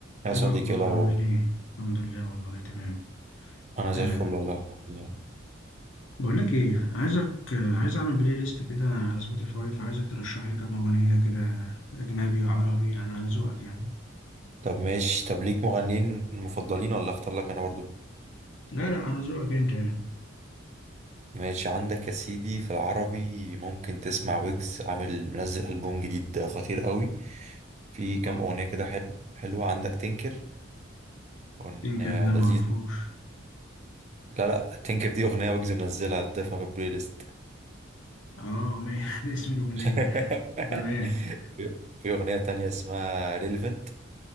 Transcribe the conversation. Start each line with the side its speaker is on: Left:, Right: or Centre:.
Right: يا
Left: ايه
Right: صديقي
Left: الاخبار
Right: إيه الاخبار
Left: عامل ايه الحمد لله والله تمام
Right: انا
Left: أه
Right: زي الفل والله الحمد لله
Left: بقول لك ايه عايزك آه، عايز اعمل بلاي ليست كده على سبوتيفاي فعايزك ترشح لي كام اغنيه كده اجنبي عربي يعني على ذوقك يعني
Right: طب ماشي طب ليك مغنيين مفضلين ولا اختار لك انا برضو
Left: لا لا على ذوقك انت يعني
Right: ماشي عندك يا سيدي في العربي ممكن تسمع ويجز عامل منزل البوم جديد خطير قوي في كام
Left: اه
Right: اغنيه كده حلو حلوه عندك تنكر اغنيه
Left: تنكر ده ما
Right: لذيذ
Left: اعرفوش
Right: لا لا تنكر دي اغنيه ويجز منزلها تضيفها في البلاي ليست
Left: اه ما <laughs> ده اسم الاغنيه
Right: <laughs>
Left: تمام
Right: في في اغنيه تانية اسمها ريليفنت